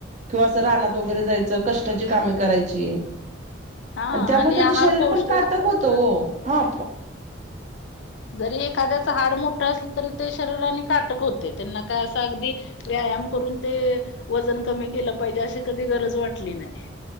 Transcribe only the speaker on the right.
किंवा असं रानात वगैरे जायचं, कष्टाची कामे करायची.
आणि त्यामुळे त्यांचं
शरीर
पण काटक
होतं ओ,, हां.